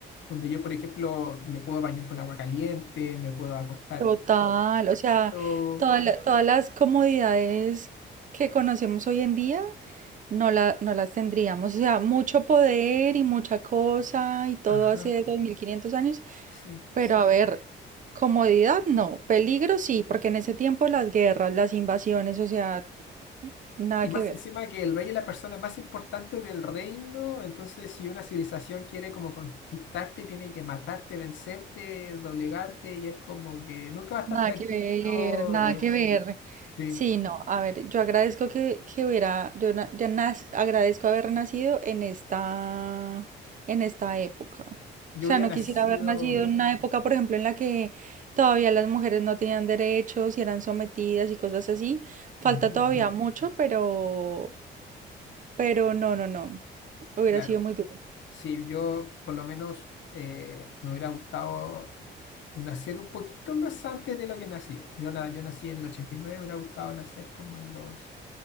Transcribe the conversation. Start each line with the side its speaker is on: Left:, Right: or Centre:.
Left: donde yo, por ejemplo, me puedo bañar con agua caliente, me puedo acostar
Right: Total, o sea,
Left: calentito.
Right: toda la- todas las comodidades que conocemos hoy en día no, la, no las tendríamos. O sea, mucho poder y mucha cosa y todo
Left: Ajá,
Right: hace 2500 años
Left: sí.
Right: Pero a ver, comodidad no, peligro sí, porque en ese tiempo las guerras, las invasiones, o sea, nada
Left: Y
Right: que
Left: más
Right: ver.
Left: encima que el rey es la persona más importante del reino, entonces si una civilización quiere como conquistarte, tiene que matarte, vencerte, doblegarte, y es como que nunca va a estar
Right: Nada
Left: tranquilo,
Right: que ver, nada
Left: y es
Right: que ver.
Left: como, sí,
Right: Sí, no, a ver, yo agradezco que, que hubiera, yo na- ya nas- agradezco haber nacido en esta, en esta época.
Left: yo
Right: O sea,
Left: hubiera
Right: no
Left: nacido,
Right: quisiera haber nacido en una época, por ejemplo, en la que todavía las mujeres no tenían derechos y eran sometidas y cosas así. Falta
Left: Mm,
Right: todavía mucho, pero, Pero no, no, no. Hubiera
Left: claro,
Right: sido muy duro.
Left: sí, yo por lo menos eh, me hubiera gustado nacer un poquito más antes de lo que nací. Yo, na- yo nací en el ochenta y nueve me hubiera gustado nacer como en los